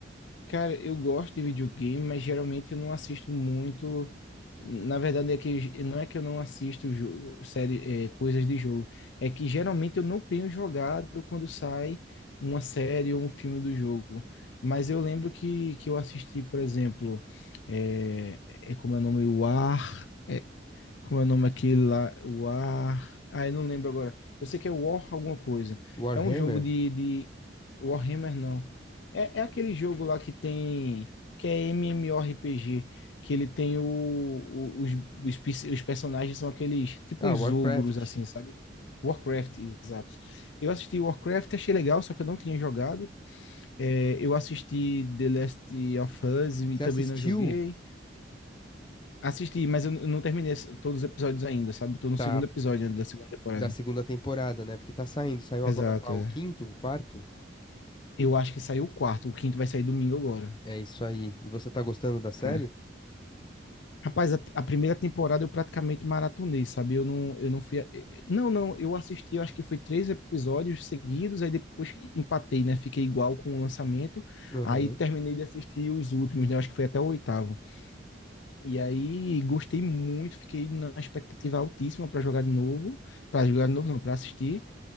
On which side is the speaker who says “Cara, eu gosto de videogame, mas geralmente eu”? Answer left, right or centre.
Left